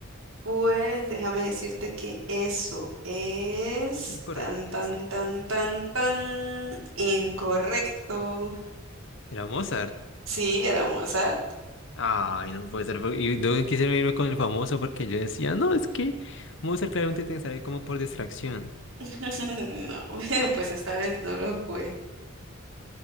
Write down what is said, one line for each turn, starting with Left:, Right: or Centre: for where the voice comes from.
Right: Pues déjame decirte que eso es
Left: Correcto,
Right: tan, tan,
Left: yo sé.
Right: tan, tan, tan incorrecto.
Left: Era Mozart.
Right: Sí, era Mozart. <laughs>
Left: Ay, no puede ser. fue- Y yo quisiera irme con el famoso porque yo decía, no, es que Mozart claramente te sale como por distracción.
Right: No, <laughs> pues esta vez no lo fue.